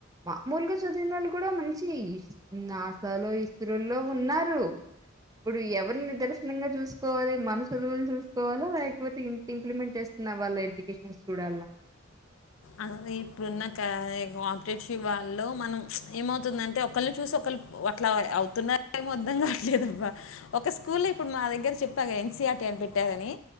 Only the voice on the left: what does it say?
ఆ ఇప్పుడున్న పరేటివ్ వాళ్ళ మనం ఏమవుతుందంటే ఒకళ్ళని చూసి ఒకరుు అట్లా అవుతున్నారేమోద్దం కావట్లేదుబ్బ ఒక స్కూల్ ఇప్పుడు మా దగ్గర చెప్పాగా ఎన్సిఆర్టీ అని పెట్టారని